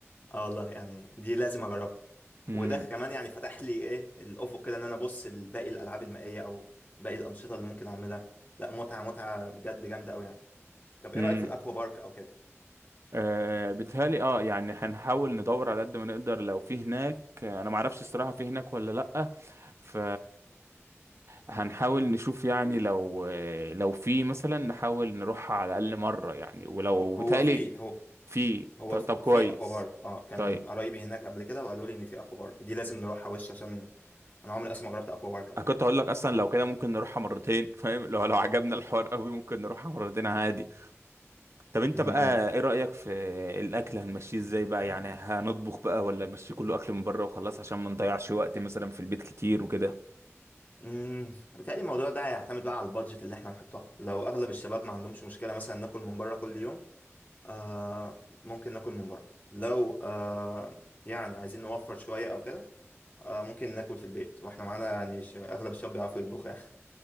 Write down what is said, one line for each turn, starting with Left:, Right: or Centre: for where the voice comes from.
Left: اه والله يعني دي لازم اجربها
Right: امم
Left: وده كمان يعني فتح لي ايه الافق كده ان انا ابص لباقي الالعاب المائيه او باقي الانشطه اللي ممكن اعملها لا متعه متعه بجد جامده قوي يعني طب ايه
Right: امم
Left: رايك في الاكوا بارك او كده
Right: آه بيتهيألي اه يعني هنحاول ندور على قد ما نقدر لو في هناك آه، انا معرفش الصراحة في هناك ولا لأ ف هنحاول نشوف يعني لو آه، لو في مثلا نحاول نروح على الأقل مرة يعني ولو
Left: هو
Right: بيتهيألي
Left: هو في هو
Right: في
Left: هو
Right: ط- طب
Left: في
Right: كويس
Left: اكوا بارك اه كان
Right: طيب
Left: قرايبي هناك قبل كده وقالوا لي ان في اكوا بارك دي لازم نروحها وش عشان انا عمري اصلا ما جربت اكوا بارك او
Right: انا
Left: كده
Right: كنت هقول لك اصلا لو كده ممكن نروحها مرتين فاهم لو لو عجبنا الحوار قوي ممكن نروحها مرتين عادي طب انت
Left: امم
Right: بقى ايه رأيك في الاكل هنمشيه ازاي بقى يعني هنطبخ بقى ولا نمشيه كله اكل من بره وخلاص عشان ما نضيعش وقت مثلا في البيت كتير وكده
Left: امم بيتهيألي الموضوع ده هيعتمد بقى على البادجت اللي احنا هنحطها لو اغلب الشباب ما عندهمش مشكله مثلا ناكل من بره كل يوم آه ممكن ناكل من بره لو آه يعني عايزين نوفر شوية او كده آه ممكن ناكل في البيت واحنا معانا يعني ش... اغلب الشباب بيعرفوا يطبخوا يعني